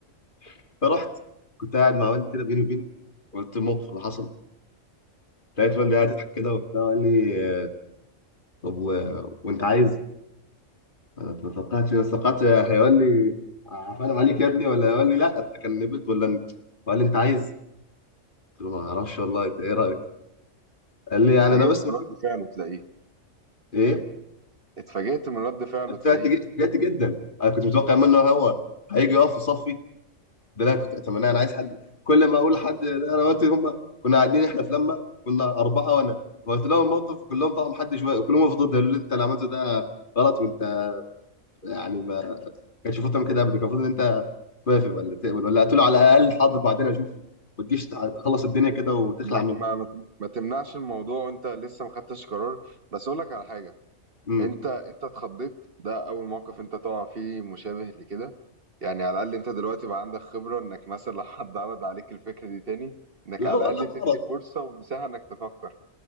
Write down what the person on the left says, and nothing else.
<laughs> فرحت كنت قاعد مع والدي كده بيني وبينه قلت الموقف اللي حصل لقيت والدي قاعد يضحك كده وبتاع قال لي آه، طب و... وانت عايز انا اتلصقعت انا اتلصقعت هيقول لي عفانا عليك يا ابني ولا هيقول لي لا انت كان نبت ولا انت قال لي انت عايز قلت له ما اعرفش والله انت ايه رايك قال لي يعني
انا بس
بشوف
ايه
اتفاجئت
جي- اتفاجئت جدا انا كنت متوقع منه هو هيجي يقف في صفي ده اللي انا كنت اتمناه انا عايز حد كل ما اقول لحد ده انا قلت هم كنا قاعدين احنا في لما كنا اربعه وانا قلت لهم الموقف كلهم طبعا محدش كلهم وقفوا ضدي قالوا لي انت اللي عملته ده غلط وانت يعني ما كانش المفروض تعمل كده ابدا كان المفروض ان انت توافق ولا تقبل ولا هتقول على الاقل حاضر بعدين اشوفه ما تجيش تع- تخلص الدنيا كده وتخلع
منه
امم
لا
لا
غلط